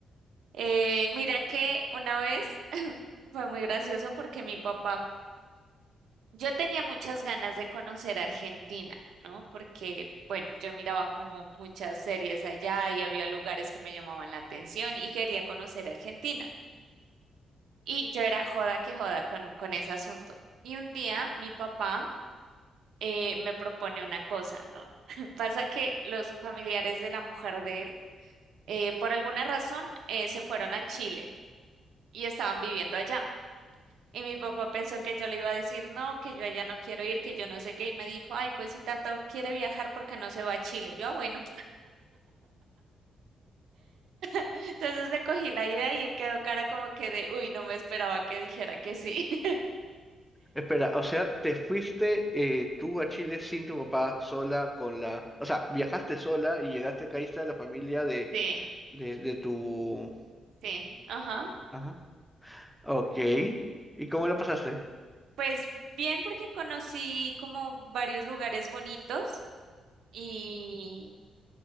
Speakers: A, on the right; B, in the centre.
A: Eh, mira que una vez <laughs> fue muy gracioso porque mi papá, yo tenía muchas ganas de conocer Argentina, ¿no? Porque, bueno, yo miraba como muchas series allá y había lugares que me llamaban la atención y quería conocer Argentina. Y yo era joda que joda con, con ese asunto. Y un día mi papá eh, me propone una cosa, ¿no? <laughs> Pasa que los familiares de la mujer de él, eh, por alguna razón, eh, se fueron a Chile y estaban viviendo allá. Y mi papá pensó que yo le iba a decir no, que yo allá no quiero ir, que yo no sé qué. Y me dijo, ay, pues si tanto quiere viajar, ¿por qué no se va a Chile? Yo, ah, bueno. <laughs> Entonces le cogí la idea y él quedó cara como que de, uy, no me esperaba que dijera que sí. <laughs>
B: espera, o sea, te fuiste eh, tú a Chile sin tu papá, sola, con la... O sea, viajaste sola y llegaste, caíste a la familia de,
A: Sí,
B: de, de tu...
A: sí, ajá.
B: Ajá. Ok. ¿Y cómo la pasaste?
A: Pues bien, porque conocí como varios lugares bonitos. Y,